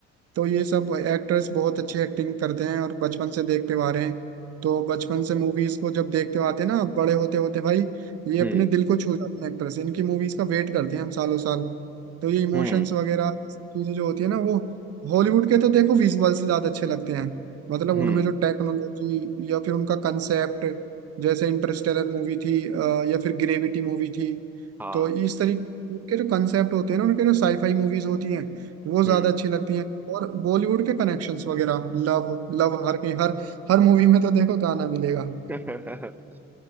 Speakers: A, on the right (about 40°); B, in the centre.
A: तो ये सब एक्टर्स बहुत अच्छे एक्टिंग करते हैं और बचपन से देखते हुए आ रहे हैं तो बचपन से मूवीज को जब देखते हो आते हैं ना बड़े होते होते भाई ये
B: हम्म
A: अपने दिल को छू जाते हैं एक तरह से इनकी मूवीज का वेट करते हैं हम सालों साल तो ये इमोशंस
B: हम्म
A: वगैरह चीजें जो होती है ना वो हॉलीवुड के तो देखो विजुअल से ज्यादा अच्छे लगते हैं मतलब
B: हम्म
A: उनमें जो टेक्नोलॉजी या फिर उनका कंसेप्ट जैसे इंटरस्टेलर मूवी थी अ, या फिर ग्रेविटी मूवी थी
B: हाँ
A: तो इस तरीके के जो कंसेप्ट होते हैं ना उनके जो साईफाई मूवीज होती हैं वो ज्यादा
B: हम्म
A: अच्छी लगती हैं और बॉलीवुड के कनेक्शंस वगैरह लव लव हर के हर हर मूवी में तो देखो गाना मिलेगा
B: <laughs> नहीं,